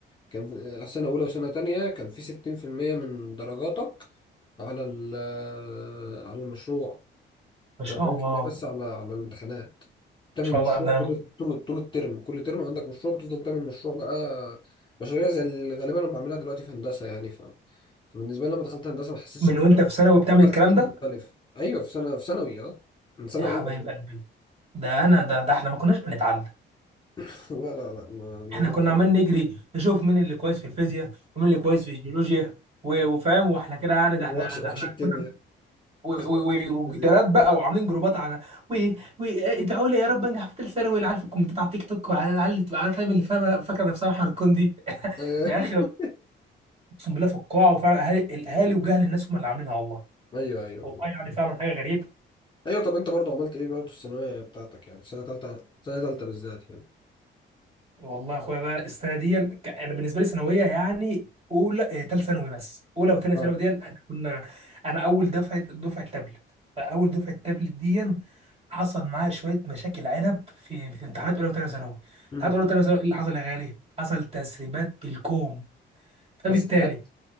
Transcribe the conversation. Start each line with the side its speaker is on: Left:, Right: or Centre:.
Left: كان في سنة أولى وسنة تانية كان في ستين في المية من درجاتك على ال- آه، على المشروع
Right: ما شاء
Left: وأربعين
Right: الله
Left: في المية بس
Right: ما
Left: على على الامتحانات تعمل
Right: شاء
Left: مشروع
Right: الله ده أنا
Left: طول طول طول الترم كل ترم عندك مشروع بتفضل تعمل مشروع بقى مشاريع زي اللي غالبا أنا بعملها دلوقتي في هندسة يعني ف... فبالنسبة لي لما دخلت هندسة ما حسيتش
Right: من
Left: إن أنا
Right: وانت في ثانوي بتعمل
Left: دخلت
Right: الكلام
Left: جيل
Right: ده
Left: مختلف أيوه في سنة في ثانوي أه من سنة
Right: يا حبايب
Left: أولى كمان.
Right: قلبي ده انا ده, ده احنا ما كناش بنتعلم
Left: <laughs> لا لا لا ما- الموضوع
Right: احنا كنا
Left: بصراحة
Right: عمال نجري نشوف مين اللي كويس في الفيزياء ومين اللي كويس في الجيولوجيا و- وفاهم واحنا كده يعني
Left: وحش
Right: ده احنا
Left: وحش
Right: ده احنا
Left: الكيمياء
Right: كنا و-
Left: <laughs>
Right: و- و-
Left: الفيزياء
Right: وجدالات بقى وعاملين جروبات على وادعوا لي يا رب انجح في ثالث ثانوي العيال في الكومنتات على التيك توك وعلى العيال اللي تبقى عارف- فاهم اللي فاهمه فاكره نفسها محور الكون دي <laughs>
Left: <laughs>
Right: يا اخي اقسم بالله في القاعه وفعلا أهالي- الاهالي وجهل الناس هم اللي عاملينها والله
Left: أيوه أيوه
Right: والله يعني فعلا حاجه غريبه
Left: ايوه طب انت برضو عملت ايه برضو في الثانويه بتاعتك يعني سنه ثالثه سنه ثالثه بالذات يعني
Right: والله يا اخويا بقى السنه دي ك- انا بالنسبه لي ثانويه يعني اولى ثالث تالت ثانوي بس اولى وثانيه
Left: اه
Right: ثانوي دي احنا كنا انا اول دفعه دفعه تابلت فاول دفعه تابلت دي حصل معايا شويه مشاكل عنب في في امتحانات اولى وثانيه ثانوي
Left: امم
Right: امتحانات اولى وثانيه ثانوي ايه اللي حصل يا غالي حصل تسريبات بالكوم فبالتالي
Left: تسليمات